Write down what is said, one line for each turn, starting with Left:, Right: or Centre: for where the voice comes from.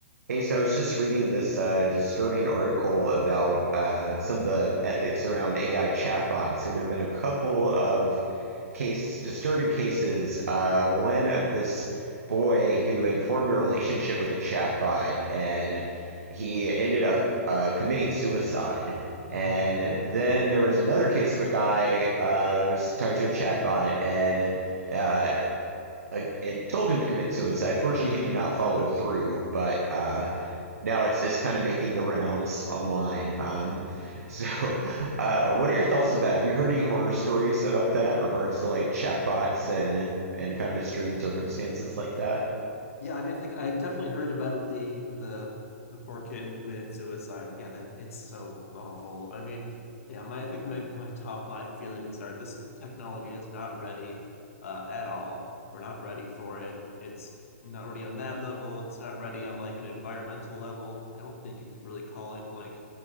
Right: Hey, so I was just reading this uh, disturbing article about uh, some of the ethics around AI chatbots, and there have been a couple of case disturbing cases. Uh, one of this boy who had formed a relationship with a chatbot, and he ended up uh, committing suicide.
Left: Uh,
Right: And then there was another case of a guy uh, was talking to a chatbot, and uh, uh, it told him to commit suicide. Fortunately, he did not follow through, but uh,
Left: yeah,
Right: now it's it's kind of making the rounds online. Um, <laughs> so, uh, what are your thoughts on that? Have you heard any horror stories about that, regards to like chatbots and and kind of extreme circumstances like that?
Left: yeah. I mean, I think I definitely heard about the the the poor kid who committed suicide. Yeah, that it's so awful. I mean, yeah. My I think my my top line feelings are this technology is not ready uh, at all. We're not ready for it. It's not ready on that level. It's not ready on like an environmental level. I don't think you could really call it like